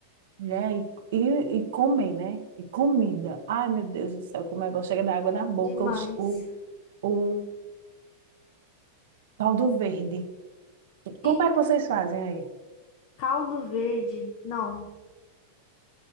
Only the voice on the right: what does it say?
né, e, e- e comer, né? E comida. Ai, meu Deus do céu, como é bom. Chega da água na boca,
o, ch- o, o caldo verde.
Como é que vocês fazem aí?